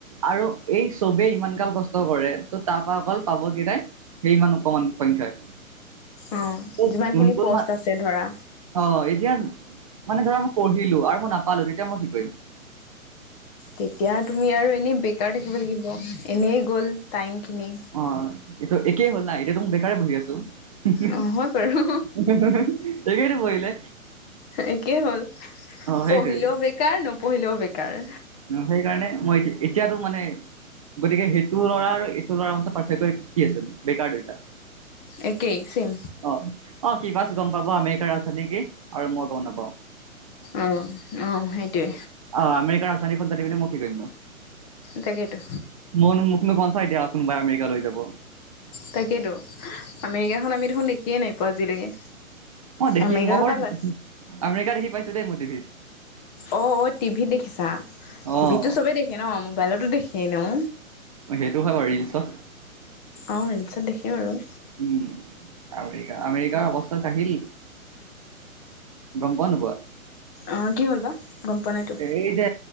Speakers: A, on the right; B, on the left.
A: আৰু এই চবেই ইমান গাল কষ্ট কৰে দত্ত ত' তাৰপা অকল পাব কেইটাই সেই মানু অকমান সংখ্যাই
B: অ'
A: ত'
B: যিমানখিনি
A: যোনটো
B: প'ষ্ট
A: তোমাৰ
B: আছে ধৰা
A: অ' এতিয়া মানে ধৰা মই পঢ়িলো আৰু মই নাপালো তেতিয়া মই কি কৰিম।
B: তেতিয়া তুমি আৰু এনেই বেকাৰ থাকিব লাগিব এনেই গ'ল টাইমখিনি
A: অ' এইটো একেই হ'ল না এতিয়া তো মই বেকাৰে বহি আছো <unintelligible>
B: অ হয় বাৰু
A: কৰিলে।
B: একেই হ'ল,
A: সেইটোৱে
B: পঢ়িলেও বেকাৰ নপঢ়িলেও বেকাৰ।
A: অ', সেইকাৰণে মই এতিয়াতো মানে গতিকে সেইটো ল'ৰা আৰু এইটো ল'ৰাৰ মাজত পাৰ্থক্য কি আছিল বেকাৰ দুইটা।
B: একেই চেম।
A: অ', অ', সি বাচ গম পাব আমেৰিকাৰ ৰাজধানী কি আৰু মই গম নাপাওঁ।
B: অ', অ', সেইটোৱে।
A: আৰু আমেৰিকাৰ ৰাজধানীখন জানি পিনে মই কি কৰিম নো?
B: তাকেতো।
A: মোকনো কনচা এতিয়া কোনোবাই আমেৰিকা লৈ যাব।
B: তাকেইেতো, আমেৰিকাখন আমি দেখোন দেখিয়ে নাই পোৱা আজিলৈকে।
A: অ', দেখি
B: আমেৰিকাৰ
A: মই
B: কথা
A: বাৰু
B: পাই
A: আমেৰিকা দেখি পাইছোঁ দেই মই টিভিত।
B: অ', অ', টিভিত দেখিছা, টিভিততো
A: অ
B: চবেই দেখে ন মোবাইলতো দেখি এনেও।
A: সেইটো হয় ৰীলছত।
B: অ', ৰিলচত দেখি বাৰু।
A: উম, আমেৰিকা-আমেৰিকাৰ অৱস্থা কাহিল। গম পোৱা নোপোৱা?
B: অ', কি হ'ল বা? গম পোৱা নাইতো।
A: এই যে